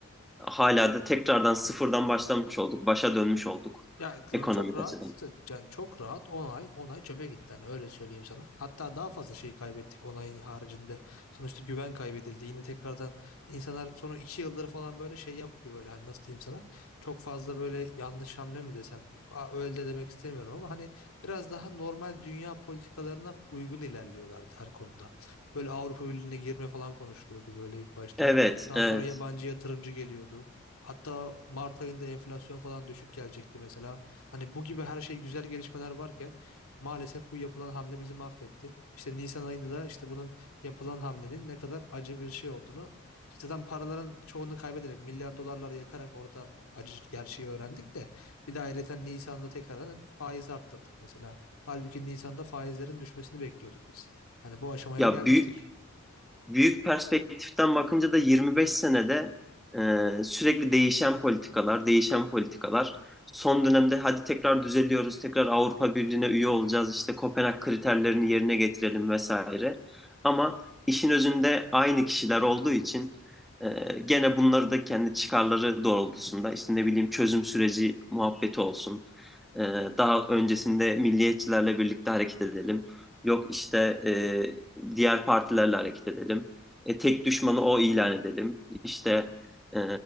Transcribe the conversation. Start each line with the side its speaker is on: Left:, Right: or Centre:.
Centre: hala da tekrardan sıfırdan başlamış olduk. Başa dönmüş olduk
Left: Ya ra-
Centre: ekonomik
Left: çok rahat
Centre: açıdan.
Left: yani çok rahat On ay 10 ay çöpe gitti hani öyle söyleyeyim sana. Hatta daha fazla şey kaybettik 10 ayın haricinde. Sonuçta güven kaybedildi. Yine tekrardan insanlar sonra 2 yıldır falan böyle şey yaptı böyle hani nasıl diyeyim sana. Çok fazla böyle yanlış hamle mi desem Aa, öyle de demek istemiyorum ama hani biraz daha normal dünya politikalarına uygun ilerliyorlardı her konuda. Böyle Avrupa Birliği'ne girme falan konuşuluyordu böyle ilk başta.
Centre: Evet,
Left: Daha
Centre: evet.
Left: sonra yabancı yatırımcı geliyordu. Hatta Mart ayında enflasyon falan düşük gelecekti mesela. Hani bu gibi her şey güzel gelişmeler varken maalesef bu yapılan hamle bizi mahvetti. İşte Nisan ayında da işte bunun yapılan hamlenin ne kadar acı bir şey olduğunu işte zaten paraların çoğunu kaybederek milyar dolarlar yakarak orada acı gerçeği öğrendik de bir de ayrıca Nisan'da tekrardan faiz arttırdık mesela. Halbuki Nisan'da faizlerin düşmesini bekliyorduk biz. Hani bu aşamaya
Centre: Ya
Left: gelmiştik.
Centre: büyük büyük perspektiften bakınca da 25 senede e, sürekli değişen politikalar, değişen politikalar. Son dönemde hadi tekrar düzeliyoruz, tekrar Avrupa Birliği'ne üye olacağız, işte Kopenhag kriterlerini yerine getirelim vesaire. Ama işin özünde aynı kişiler olduğu için e, gene bunları da kendi çıkarları doğrultusunda, işte ne bileyim çözüm süreci muhabbeti olsun. E, daha öncesinde milliyetçilerle birlikte hareket edelim. Yok işte e, diğer partilerle hareket edelim. E, tek düşmanı o ilan edelim. İşte e,